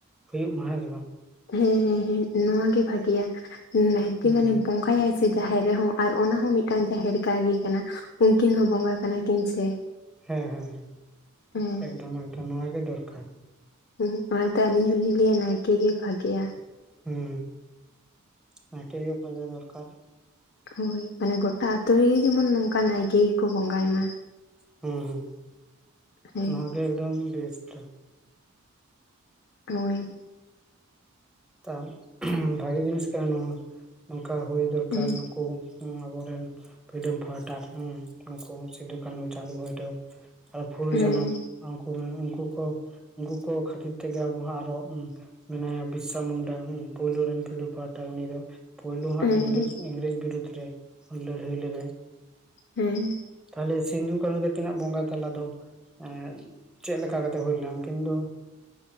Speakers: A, in the centre; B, on the left.
A: ᱦᱩᱭᱩᱜ ᱢᱟ ᱦᱮᱸ ᱥᱮ ᱵᱟᱝ
B: ᱦᱮᱸ ᱦᱮᱸ ᱦᱮᱸ ᱱᱚᱣᱟ ᱜᱮ ᱵᱷᱟᱜᱤᱼᱟ ᱱᱟᱭᱠᱮ
A: ᱦᱮᱸ
B: ᱢᱟᱱᱮ ᱵᱚᱸᱜᱟᱭᱟᱭ ᱥᱮ ᱡᱟᱦᱮᱨ ᱨᱮᱦᱚᱸ ᱟᱨ ᱚᱱᱟ ᱦᱚᱸ ᱢᱤᱫᱴᱟᱝ ᱡᱟᱦᱮᱨ ᱞᱮᱠᱟ ᱜᱮ ᱩᱱᱠᱤᱱ ᱦᱚᱸ ᱵᱚᱸᱜᱟ ᱠᱟᱱᱟ ᱠᱤᱱ ᱥᱮ
A: ᱦᱮᱸ ᱦᱮᱸ
B: ᱦᱮᱸ
A: ᱮᱠᱫᱚᱢ ᱮᱠᱫᱚᱢ ᱱᱚᱣᱟ ᱜᱮ ᱫᱚᱨᱠᱟᱨ
B: ᱦᱮᱸ ᱚᱱᱟᱛᱮ ᱟᱹᱞᱤᱧ ᱦᱚᱞᱤᱧ ᱞᱟᱹᱭᱟ ᱱᱟᱭᱠᱮ ᱜᱮ ᱵᱷᱟᱜᱮᱜᱼᱟ
A: ᱦᱩᱸ ᱟᱨ ᱱᱟᱭᱠᱮ ᱜᱮ ᱵᱟᱸᱜᱟ ᱫᱚᱨᱠᱟᱨ
B: ᱦᱳᱭ ᱢᱟᱱᱮ ᱜᱚᱴᱟ ᱟᱛᱳ ᱨᱮᱜᱮ ᱡᱮᱢᱚᱱ ᱱᱚᱝᱠᱟ ᱱᱟᱭᱠᱮ ᱜᱮᱠᱚ ᱵᱚᱸᱜᱟᱭ ᱢᱟ
A: ᱦᱮᱸ ᱦᱮᱸ
B: ᱦᱮᱸ
A: ᱱᱚᱣᱟ ᱜᱮ ᱮᱠᱫᱚᱢ ᱵᱮᱥᱴ-ᱟ
B: ᱦᱳᱭ
A: ᱛᱟᱣ ᱵᱷᱟᱜᱮ ᱡᱤᱱᱤᱥ ᱠᱟᱱᱟ ᱱᱚᱣᱟ ᱠᱟ ᱦᱩᱭ ᱫᱚᱨᱠᱟᱨ
B: ᱦᱮᱸ
A: ᱱᱩᱠᱩ ᱟᱵᱚᱨᱮᱱ ᱯᱷᱨᱤᱰᱢ ᱯᱷᱟᱭᱴᱟᱨ ᱩᱱᱠᱩ ᱥᱤᱫᱩᱼᱠᱟᱱᱩ ᱪᱟᱸᱫᱽ ᱵᱷᱳᱭᱨᱚᱵ ᱟᱨ ᱯᱷᱩᱞᱟᱹ
B: ᱦᱮᱸ
A: ᱡᱟᱱᱚ ᱩᱱᱠᱩ ᱩᱱᱠᱩ ᱩᱱᱠᱩ ᱠᱚ ᱠᱷᱟᱹᱛᱤᱨ ᱛᱮᱜᱮ ᱟᱵᱚ ᱦᱚᱸ ᱟᱨᱚ ᱢᱮᱱᱟᱭᱟ ᱵ ᱢᱩᱱᱰᱟ ᱦᱩ ᱯᱳᱭᱞᱳ ᱨᱮᱱ ᱯᱷᱮᱨᱳ ᱯᱟᱦᱴᱟ ᱩᱱᱤ ᱫᱚ ᱯᱩᱭᱞᱳ ᱦᱟᱸᱜ
B: ᱦᱮᱸ ᱦᱮᱸ
A: ᱤᱝᱨᱮᱡᱽ ᱵᱤᱨᱩᱫᱽ ᱨᱮ ᱞᱟᱹᱲᱦᱟᱹᱭ ᱞᱮᱫᱟᱭ
B: ᱦᱮᱸ
A: ᱛᱟᱦᱚᱞᱮ ᱥᱤᱸᱫᱩ ᱠᱟᱹ ᱛᱟᱹᱠᱤᱱᱟᱜ ᱵᱚᱸᱜᱟ ᱛᱟᱞᱟ ᱫᱚ ᱮ ᱪᱮᱫ ᱞᱮᱠᱟ ᱠᱟᱛᱮ ᱦᱩᱭ ᱞᱮᱱᱟ ᱩᱱ ᱠᱤᱱ ᱫᱚ